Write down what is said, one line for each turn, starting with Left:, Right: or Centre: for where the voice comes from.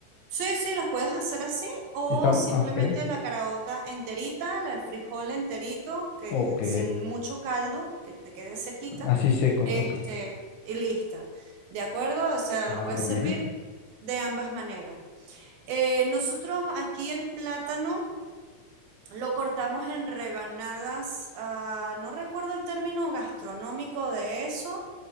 Right: sí, sí, las puedes hacer así o
Left: Están,
Right: simplemente
Left: ah, ok.
Right: la caraota enterita, la- el frijol enterito, que
Left: Ok.
Right: sin mucho caldo, que te quede sequita,
Left: Así secos,
Right: este,
Left: ok.
Right: y lista. ¿De acuerdo? O sea,
Left: Ah,
Right: lo puedes
Left: muy
Right: servir
Left: bien.
Right: de ambas maneras. Eh, nosotros aquí el plátano Lo cortamos en rebanadas, ah, no recuerdo el término gastronómico de eso,